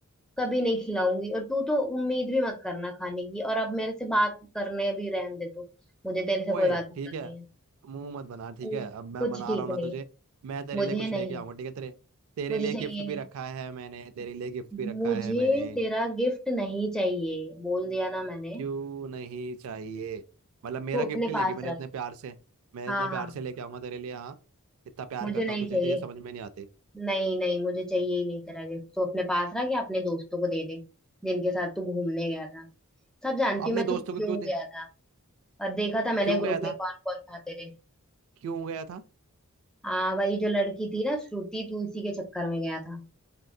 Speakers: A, in the centre; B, on the right (about 65°).
A: कभी नहीं खिलाऊंगी और तू तो उम्मीद भी मत करना खाने की और अब मेरे से बात करने भी रहने दे तू मुझे तेरे से
B: ओए
A: कोई बात नहीं
B: ठीक
A: करनी
B: है
A: है
B: मुंह मत बना ठीक
A: तू
B: है अब मैं
A: कुछ
B: बना
A: ठीक
B: रहा हूँ
A: नहीं
B: ना तुझे मैं तेरे
A: मुझे
B: लिए कुछ
A: नहीं
B: लेके आऊंगा ठीक है तेरे तेरे
A: मुझे
B: लिए
A: चाहिए
B: गिफ्ट
A: नहीं
B: भी रखा है मैंने तेरे लिए गिफ्ट भी रखा
A: मुझे
B: है मैंने
A: तेरा गिफ्ट नहीं चाहिए बोल दिया ना मैंने
B: क्यों नहीं चाहिए मतलब मेरा
A: तू अपने
B: गिफ्ट नहीं लेगी
A: पास
B: मैंने
A: रख
B: इतने प्यार से मैं
A: हाँ
B: इतने प्यार
A: हाँ
B: से लेके आऊंगा तेरे लिए हाँ इतना प्यार
A: मुझे
B: करता
A: नहीं
B: हूँ तुझे
A: चाहिए
B: तो ये समझ में नहीं आते
A: नहीं नहीं मुझे चाहिए ही नहीं तेरा गिफ्ट तो अपने पास रख या अपने दोस्तों को दे दे जिनके साथ तू घूमने गया था सब जानती
B: अपने
A: हूँ मैं
B: दोस्तों
A: तू क्यों
B: को क्यों दे
A: गया था और देखा था मैंने
B: क्यों
A: ग्रुप
B: गया था
A: में कौन कौन था तेरे
B: क्यों गया था
A: हाँ वही जो लड़की थी ना श्रुति तू इसी के चक्कर में गया था